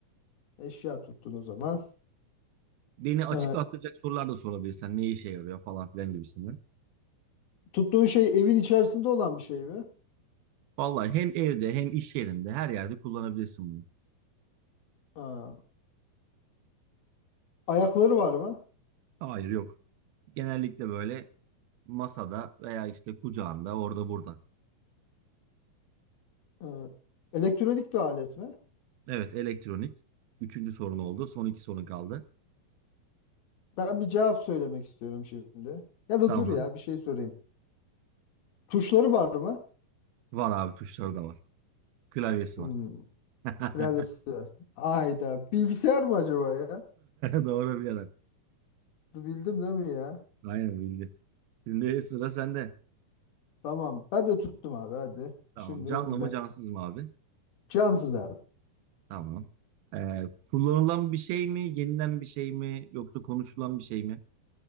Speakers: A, on the left; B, on the right.
A: Eşya tuttun o zaman.
B: Beni açıklatacak
A: Ee,
B: sorular da sorabilirsen ne işe yarıyor falan filan gibisinden.
A: tuttuğun şey evin içerisinde olan bir şey mi?
B: Vallahi hem evde hem iş yerinde her yerde kullanabilirsin bunu.
A: Aa, ayakları var mı?
B: Hayır yok. Genellikle böyle masada veya işte kucağında orada burada.
A: Ee, elektronik bir alet mi?
B: Evet elektronik. Üçüncü sorun oldu. Son iki sorun kaldı.
A: Ben bir cevap söylemek istiyorum şimdi. Ya da
B: Tamam.
A: dur ya bir şey sorayım. Tuşları var mı?
B: Var abi tuşları da var. Klavyesi
A: Hmm,
B: var. <laughs>
A: klavyesi var. Ayda. Bilgisayar mı acaba ya?
B: Doğru birader.
A: Bildim değil mi ya?
B: Aynen bildi. Şimdi sıra sende.
A: Tamam. Ben de tuttum abi hadi.
B: Tamam.
A: Şimdi
B: Canlı
A: hızlı.
B: mı cansız mı abi?
A: Cansız abi.
B: Tamam. Ee, kullanılan bir şey mi? Yenilen bir şey mi? Yoksa konuşulan bir şey mi?